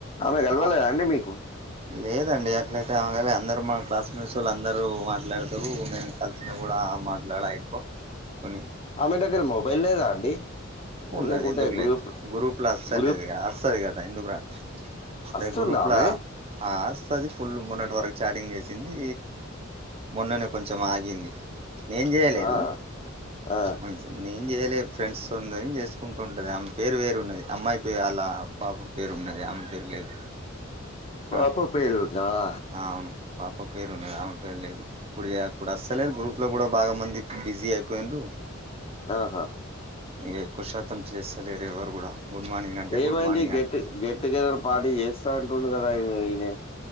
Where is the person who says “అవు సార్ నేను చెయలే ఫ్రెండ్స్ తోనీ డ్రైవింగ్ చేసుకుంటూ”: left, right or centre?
Right